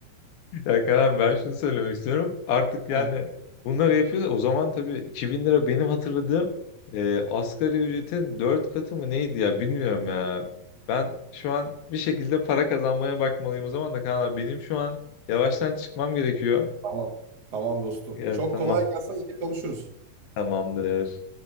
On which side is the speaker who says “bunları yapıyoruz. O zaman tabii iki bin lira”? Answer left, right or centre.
Left